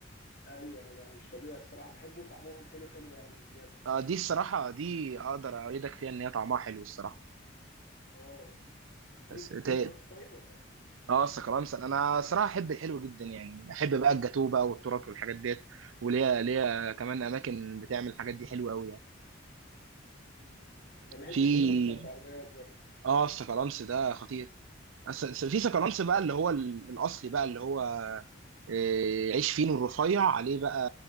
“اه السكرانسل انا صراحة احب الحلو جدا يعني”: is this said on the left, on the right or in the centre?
Right